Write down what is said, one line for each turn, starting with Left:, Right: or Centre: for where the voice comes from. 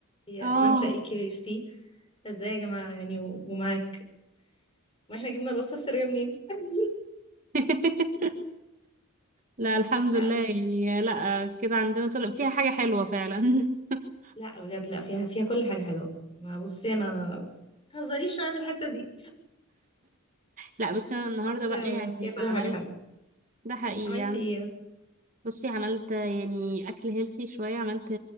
Left: هي
Right: اه
Left: منشأ الكي اف سي ازاي يا جماعة يعني و- ومعاك ما احنا جبنا الوصفة السرية منين <laughs>
Right: <laughs> لا الحمد
Left: لا
Right: لله يعني لا كده عندنا طلع فيها حاجة حلوة فعلا <laughs>
Left: لا بجد لا فيها فيها كل حاجة حلوة ما بصي انا متهزريش معايا في الحتة دي
Right: لا بس انا النهارده
Left: مصر
Right: بقى يعني
Left: فيها كل
Right: عملت
Left: حاجة حلوة
Right: ده حقيقي
Left: عملتي
Right: يعني
Left: ايه
Right: بصي عملت يعني اكل هيلسي شوية عملت